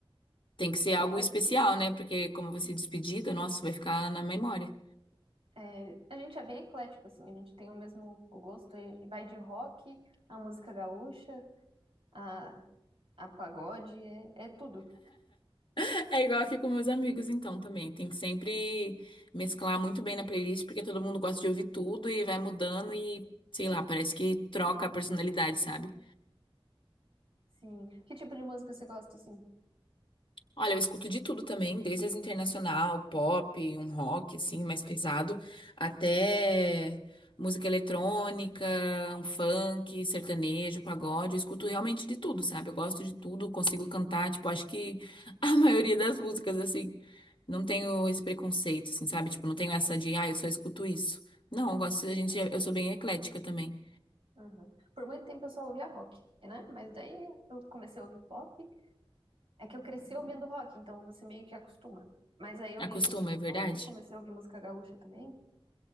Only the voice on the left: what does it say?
Tem que
ser algo
especial, né? Porque como vai ser despedida, nossa, vai ficar na memória.
<laughs> É igual aqui com meus amigos, então, também. Tem que sempre mesclar muito bem na playlist, porque todo mundo gosta de ouvir tudo e vai mudando e, sei lá, parece que troca a personalidade, sabe?
Olha, eu escuto de tudo também, desde as internacional, pop, um rock assim, mais pesado, até música eletrônica, um funk, sertanejo, pagode. Eu escuto realmente de tudo, sabe? Eu gosto de tudo, consigo cantar, tipo, acho que a <laughs> maioria das músicas assim, não tenho esse preconceito, assim, sabe? Tipo, não tenho essa de, ah, eu só escuto isso. Não, eu gosto
A gente, eu sou bem eclética também.
Acostuma,
é verdade?